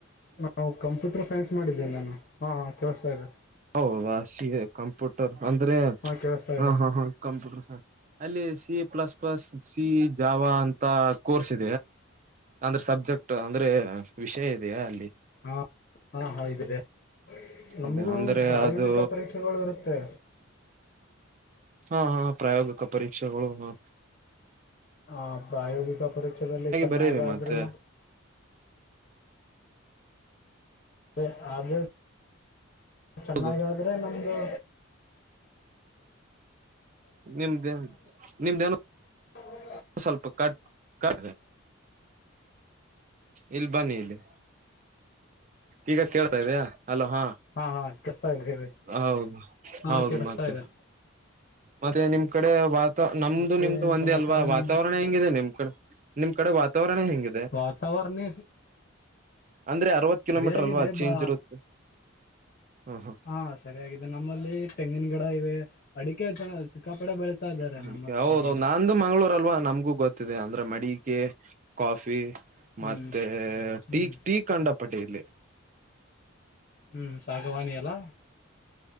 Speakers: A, on the left; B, on the right.
A: ನಾವು ಕಂಪ್ಯೂಟರ್ ಸೈನ್ಸ್ ಮಾಡಿದ್ದೇನೆ ನಾನು ಹಾಂ ಹಾಂ ಕಳಿಸ್ತಾ ಇದದೆ
B: ಹೌದಾ ಸಿ <unintelligible> ಕಂಪ್ಯೂಟರ್ ಅಂದ್ರೆ
A: ಕೇಳಿಸ್ತಾ
B: ಹ
A: ಇದೆ
B: ಹಾ ಹಾ ಕಂಪ್ಯೂಟರ್ ಸ ಅಲ್ಲಿ C plus plus C Java ಅಂತ ಕೋರ್ಸ್ ಇ ಅಂದ್ರೆ ಸಬ್ಜೆಕ್ಟ್ ಅಂದ್ರೆ ವಿಷಯ ಇೆಯಾ ಅಲ್ಲಿ
A: ಹಾ ಹಾ ಹ ಇದ್ದಿದೆ ನಮಗೂ
B: ಇದೆ ಅಂದ್ರೆ
A: ಪ್ರಾಯೋಗಿಕ
B: ಅದು
A: ಪರೀಕ್ಷೆಗಳು ಇರುತ್ತೆ
B: ಹಾ ಹಾ ಪ್ರಾಯೋಗಿಕ ಪರೀಕ್ಷೆಗಳು ಹಾ
A: ಹ ಪ್ರಾಯೋಗಿಕ ಪರೀಕ್ಷದಲ್ಲಿ ಚೆನ್ನಾಗಾದರೆ
B: ಬರೀರಿ ಮತ್ತೆ
A: ಹ ಆದದ <unintelligible> ಚೆನ್ನಾಗಾದ್ರೆ
B: ಹೌದು
A: ನಮ್ದು
B: ನಿಮ್ದೇ ನಿಮ್ದೇನು
A: ಹ <unintelligible>
B: ಸ್ವಲ್ಪ ಕಟ್ ಕ ಇಲ್ಲಿ ಬನ್ನಿ ಇಲ್ಲಿ ಈಗ ಕೇಳ್ತಾ ಇದ್ಯಾಾ ಅಲೋ ಹಾ
A: ಹಾ ಕೆಲ್ಸ ಇದೆ ಹೇಳಿ
B: ಹೌದು
A: ಹಾ
B: ಹೌದು
A: ಕೇಳಿಸ್ತಾ
B: ಮತ್ತೆ
A: ಇದೆ
B: ಮತ್ತೆ ನಿಮ್ ಕಡೆ ವಾತ ನಮ್ದು
A: ಮತ್ತೆ
B: ನಿಮ್ದು
A: ಏನ್
B: ಒಂದೇ
A: ಸಮಾಚಾರ
B: ಅಲ್ವಾ
A: ನಿಮ್ದು
B: ವಾತಾವರಣ ಹೆಂಗಿದೆ ನಿಮ್ ಕಡೆ ನಿಮ್ ಕಡೆ ವಾತಾವರಣ ಹೆಂಗಿದೆ
A: ವಾತಾವರಣ
B: ಅಂದ್ರ ಅವತ್ ಕಿಲೋಮೀಟರ್
A: ಹಗಿದೆ
B: ಅಲ್ವಾ ಚೇಂಜ್
A: ಬಾ
B: ಇರುತ್ತೆ ಹ ಹ
A: ಹಾ ಸರಿಯಾಗಿದೆ ನಮ್ಮಲ್ಲಿ ತೆಂಗಿನ ಗಿಡ ಇವೆ ಅಡಿಕೆ ಸಿಕ್ಕಾಪಡೆ ಬೆಳೀತಾ ಇದ್ದಾರೆ
B: ಅ
A: ನಮ್ಮತ್ತ
B: ಹೌದ
A: ನಮ್ದು
B: ನಂದುು ಮಂಗ್ಗಳೂರ್ ಅಲ್ವಾ ನಮ್ಗು ಗೊತ್ತಿದೆ ಅಂದ್ರೆ ಮಡಿಕೆ ಕಾಫಿ
A: ಹ್ಮ್
B: ಮತ್ತೆ
A: ಹ್ಮ್
B: ಟೀ ಟೀ ಕಂಡ ಪಟೇಲ್ಲಿ
A: ಹ್ಮ್ ಸಾಗವಾಣಿ ಎಲ್ಲಾ